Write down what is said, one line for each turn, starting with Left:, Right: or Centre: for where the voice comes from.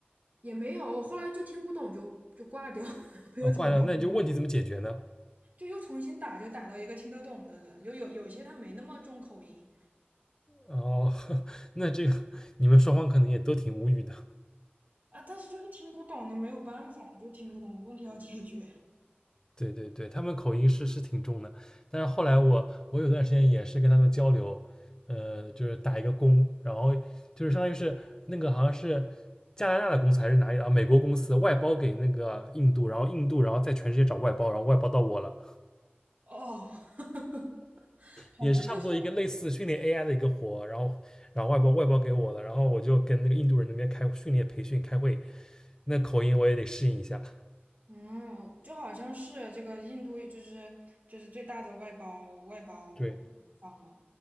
Right: 也没有，后来就听不懂就就挂掉，<laughs> 我又重新打，
Left: 啊，挂掉，那你就问题怎么解决呢？
Right: 就又重新打，就打到一个听得懂的人，有有有些他没那么重口音
Left: 哦，<laughs> 那这个你们双方可能也都挺无语的。
Right: 啊，但是就是听不懂，你没有办法，就听不懂，问题要解决
Left: 对对对，他们口音是是挺重的，但是后来我我有段时间也是跟他们交流，呃，就是打一个工，然后就是相当于是那个好像是加拿大的公司还是哪里啊，美国公司外包给那个印度，然后印度然后在全世界找外包，然后外包到我了，
Right: 哦，<laughs> 好像就是
Left: 也是差不多一个类似训练 AI 的一个活，然后然后外包外包给我了，然后我就跟那个印度人那边开训练培训开会，那口音我也得适应一下。
Right: 嗯，就好像是这个印度就是就是最大的外包外包方嘛，
Left: 对